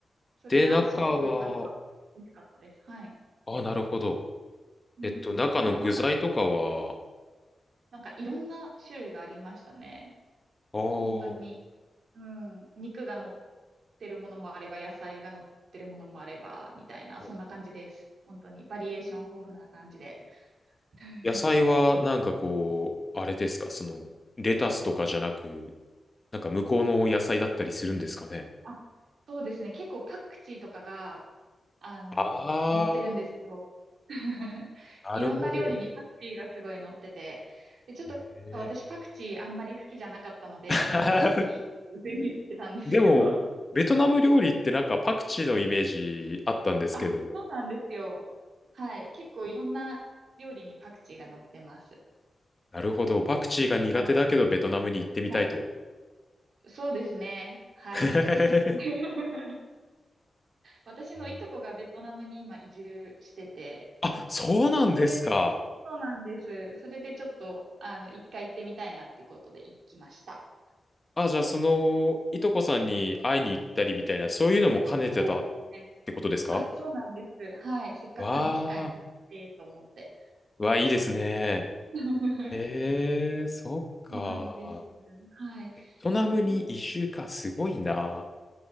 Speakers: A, on the right (about 75°); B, on the left (about 25°).
A: それがすごくなんか美味しかったです。
B: で、中は、
A: はい。
B: あ、なるほど。
A: うんうん。
B: えっと、中の具材とかは、
A: なんか中なんかいろんな種類がありましたね。
B: ああ、
A: 本当に。
B: は
A: うん。肉が乗ってるものもあれば、野菜が乗ってるものもあれば、みたいな、
B: いはい
A: そんな感じです。本当に。バリエーション豊富な感じで。<laughs>
B: 野菜はなんかこう、あれですか、その、レタスとかじゃなく、なんか向こうの野菜だったりするんですかね。
A: あ、そうですね。結構パクチーとかが、あの、
B: あ
A: 乗ってるんですよ。<laughs>
B: なるほど。
A: いろんな料理にパクチーがすごい乗ってて。で、ちょっと私パクチーあんまり好きじゃなかったので、
B: えー <laughs>
A: ノーパクチーっていうふうに言ってたんですけど。
B: でも、ベトナム料理ってなんかパクチーのイメージあったんですけど、
A: あ、そうなんですよ。はい。結構いろんな料理にパクチーが乗ってます。
B: なるほど。パクチーが苦手だけどベトナムに行ってみたいと。
A: はい。はい。そうですね。はい。
B: <laughs>
A: <laughs>
B: え
A: 私のいとこがベトナムに今移住してて、
B: ーあ、そうなんですか。
A: でそれで、そうなんです。それでちょっと、あの、一回行ってみたいなってことで行きました。
B: あ、じゃあその、いとこさんに会いに行ったりみたいな、そういうのも兼ねてたっ
A: そうですね。
B: てことですか
A: あ、そうなんです。はい。せっかくの機会になってと思って。
B: わあ、わー、いいですね。
A: はい。<laughs>
B: えー、そっか。
A: そうなんです。はい。
B: ベトナムに移住か、
A: えー
B: すごいな。